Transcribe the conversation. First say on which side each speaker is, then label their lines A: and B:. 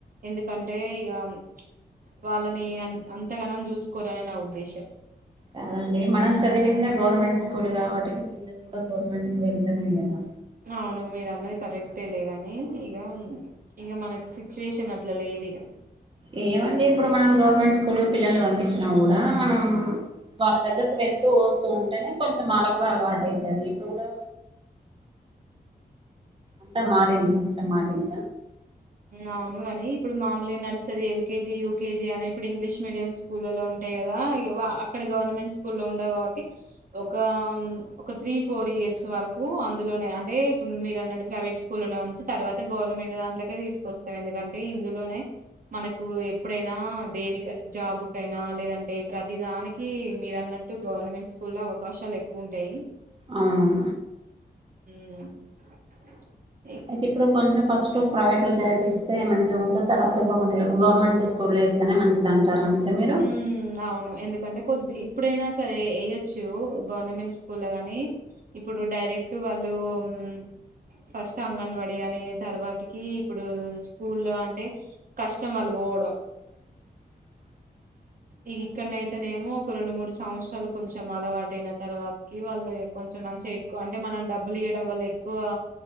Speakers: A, on the right; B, on the right.
A: ఎందుకంటే ఇగా ప్చ్ వాళ్ళనీ అంతగనం చూసుకోరని నా ఉద్దేశం
B: కాదండి మనం చదివింది గవర్నమెంట్ స్కూల్ కాబట్టి పిల్లలు కూడా గవర్నమెంట్ వెళ్తలేరు కదా
A: అవును మీరు అన్నది కరెక్టే లే గానీ ఇగా, ఇగ మనకు సిచ్యుయేషన్ అట్ల లేదు ఇగ
B: ఏమండీ! ఇప్పుడు మనం గవర్నమెంట్ స్కూల్ కి పిల్లల్ని పంపించినా కూడా మనం వాళ్ళ దగ్గరకి వెళ్తూ వస్తూ ఉంటేనే, కొంచెం వాల్లకు కూడా అలవాటు అయితది. ఇప్పుడు కూడా అంతా మారింది సిస్టమ్ మారింది
A: అవును కానీ ఇప్పుడు మాములుగా నర్సరీ, ఎల్కేజీ, యూకేజీ అని ఇప్పుడు ఇంగ్లీష్ మీడియం స్కూళ్ల లో ఉంటాయి కదా ఇగా అక్కడ గవర్నమెంట్ స్కూల్లో ఉండవు కాబట్టి ఒకా ఒక త్రీ ఫోర్ ఇయర్స్ వరకూ అందులోనె అంటే మీరు అన్నటు ప్రైవేట్ స్కూళ్లనే ఉంచి తర్వాత గవర్నమెంట్ దాంట్లకే తిసుకొస్తర్ ఎందుకంటే ఇందులోనె మనకు ఎప్పుడైనా దేనికైన జాబుకైనా లేదంటే ప్రతి దానికీ మీరన్న ట్టు గవర్నమెంట్ స్కూల్లో అవకాశాలు ఎక్కువ ఉంటాయి
B: అవును
A: మ్మ్
B: ఇప్పుడు కొంచెం ఫస్ట్ ప్రైవేట్ లో చదివిపిస్తే మంచిగ ఉంటది తర్వాత గవర్నమెంట్ స్కూల్లో ఏస్తెనే మంచిది అంటారు అంతే మీరు
A: మ్మ్ అవును ఎందుకు అంటే కొద్ది ఇప్పుడైనా సరే ఎయ్యొచ్చు గవర్నమెంట్ స్కూల్లో కానీ ఇప్పుడు డైరెక్టు వాళ్ళూ మ్మ్ ఫస్ట్ అంగన్వాడి అని తర్వాతకీ ఇప్పుడూ స్కూల్లో అంటే కష్టం వాల్లు పొ వడం
B: <inaudible>
A: ఇగ ఇక్కడైతెనేమో ఒక రెండు మూడు సంవత్సరాలు కొంచెం అలవాటయిన తర్వాత కి వాళ్ళు యొక్క కొంచెం మంచిగ ఎక్కువ అంటే మనం డబ్బులు ఇయ్యడం వల్ల ఎక్కువా